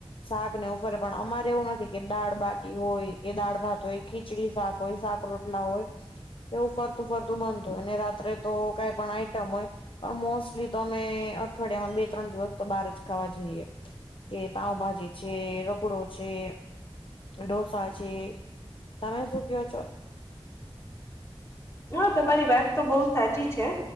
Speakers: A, on the left; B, on the left.
A: શાક ને એવૂ ફરે પણ અમારે એવું નથી કે દાળ બાટી હોય, કે દાળ ભાત હોય, ખીચડી શાક હોય, શાક રોટલા હોય. એવું ફરતું ફરતું બનતું અને રાત્રે તો કઈ પણ આઈટમ હોય પણ મોસ્ટલી તો અમે અઠવાડિયામાં બે ત્રણ દિવસ તો બહાર જ ખાવા જઈએ. કે પાઉભાજી છે, રગડો છે, કે ઢોસા છે તમે શું કયો છો?
B: હા તમારી વાત તો બહુ સાચી છે.